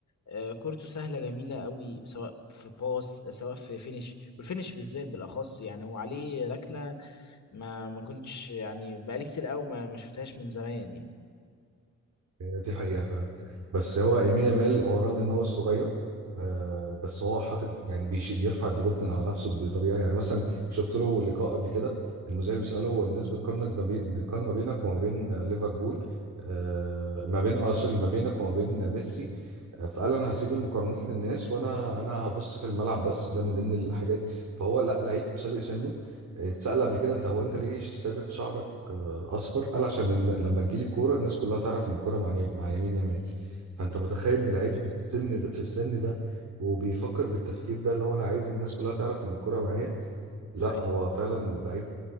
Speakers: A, on the left; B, on the right.
A: آه، كورته سهلة جميلة قوي سواء في باس سواء في فينش والفينش بالذات بالاخص يعني هو عليه ركنة ما ما كنتش يعني بقالي كتير قوي ما ما شفتهاش من زمان يعني
B: يعني دي حقيقة فعلا بس هو يمين يامال هو رغم ان هو صغير آه بس هو حاطط يعني بيش بيرفع الضغوط من على نفسه بطريقة يعني مثلا شفت له لقاء قبل كده المذيع بيسأله الناس بتقارنك ما بين- بتقارن ما بينك وما بين ليفربول آه ما بين اه سوري ما بينك وما بين ميسي آه، فقال انا هسيب المقارنات للناس وانا انا هبص في الملعب بس ده من ضمن الحاجات فهو لا لعيب سابق سنه آه، اتسأل قبل كده انت هو انت ليه سابق شعرك اصفر قال عشان إن لما تجيلي الكوره الناس كلها تعرف ان الكوره مع يم- مع يمين يمال فانت متخيل ان لعيب بالسن ده في السن ده وبيفكر بالتفكير ده اللي هو انا عايز الناس كلها تعرف ان الكوره معايا لا
A: هي
B: هو فعلا لعيب